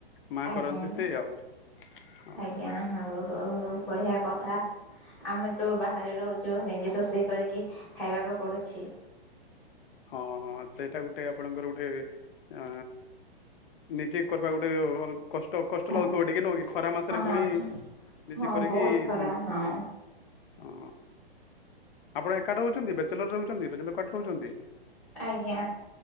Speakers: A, on the left; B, in the centre.
A: ମା
B: ଆଜ୍ଞା
A: କରନ୍ତି
B: ଆଜ୍ଞା
A: ସେ ଆଉ ହଁ
B: ଆଜ୍ଞା ହଉ ହଉ ହଉ। ବଢିଆ କଥା ଆମେ ତ ବାହାରେ ରହୁଛୁ ନିଜେ ରୋଷେଇ କରିକି ଖାଇବାକୁ ପଡୁଛି।
A: ହଁ ହଁ ସେଇଟା ଗୋଟେ ଆପଣଙ୍କର ଗୋଟେ ଅ ନିଜେ କରିବା ଗୋଟେ ଅ କଷ୍ଟ କଷ୍ଟ
B: ହଁ
A: ଲାଗୁଥିବ ଟିକେ ନ କି ଖରା ମାସରେ
B: ହଁ
A: ପୁଣି ନିଜେ କରିକି
B: ବହୁତ ଖରା
A: ହ
B: ହଁ
A: ଆପଣ ଏକା ରହୁଛନ୍ତି ବ୍ୟାଚଲର ରହୁଛନ୍ତି ବିଲର କଡ ରହୁଛନ୍ତି
B: ଆଜ୍ଞା